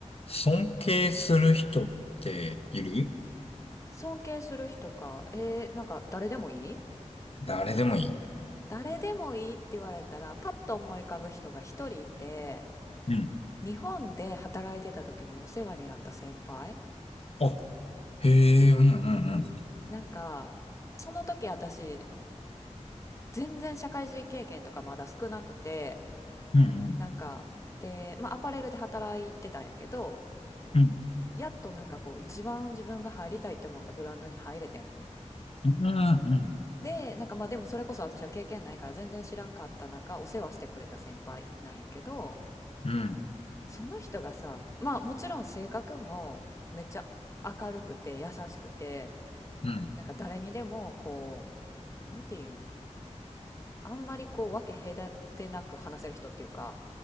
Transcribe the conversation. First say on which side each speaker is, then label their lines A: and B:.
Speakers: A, on the left; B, on the left.
A: 尊敬する人っている
B: うん、尊敬する人か。えー、なんか誰でもいい
A: 誰でもいい。
B: 誰でもいいって言われたら、パッと思い浮かぶ人が一人いて、
A: うん。
B: 日本で働いてた時にお世話になった先輩。
A: あ、へえ、うんうんうん。
B: なんか、その時私、全然社会人経験とかまだ少なくて、
A: うんうん。
B: なんか、で、まあアパレルで働いてたんやけど、
A: うん
B: やっとなんかこう、一番自分が入りたいって思ったブランドに入れてん。
A: うんうん。
B: で、なんかまあでもそれこそ私は経験ないから全然知らんかった中、お世話してくれた先輩なんやけど、
A: うん
B: その人がさ、まあもちろん性格もめっちゃ明るくて優しくて、
A: うんうん。
B: なんか誰にでもこう、なんていうん、あんまりこう分け隔てなく話せる人っていうか、